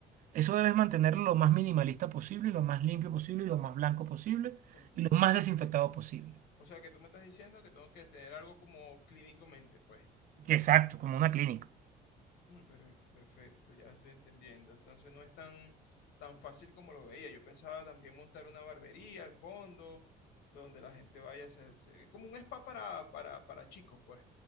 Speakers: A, on the right; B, on the left.
A: eso debes mantenerlo lo más minimalista posible, lo más limpio posible, lo más blanco posible
B: O,
A: y lo más desinfectado posible.
B: o sea que tú me estás diciendo que tengo que tener algo como clínicamente, pues.
A: Exacto, como una clínica.
B: Mm, per- Perfecto, ya estoy entendiendo. Entonces no es tan, tan fácil como lo veía. Yo pensaba también montar una barbería al fondo, donde la gente vaya a hacer- se- es como un spa para, para, para chicos, pues.